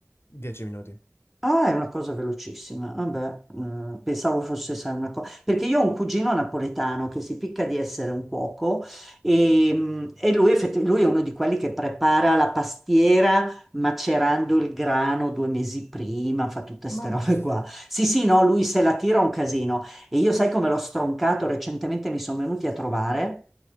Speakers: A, on the left (about 55°); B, in the centre.
A: 10 minuti.
B: Ah, è una cosa velocissima. Vabbè, eh, pensavo fosse sai, una cosa. Perché io ho un cugino napoletano che si picca di essere un cuoco e, mm, e lui, effetti- lui è uno di quelli che prepara la pastiera macerando il grano due mesi prima, fa tutte
A: Mamma.
B: queste robe qua. Sì, sì, no, lui se la tira un casino. E io sai come l'ho stroncato? Recentemente mi sono venuti a trovare.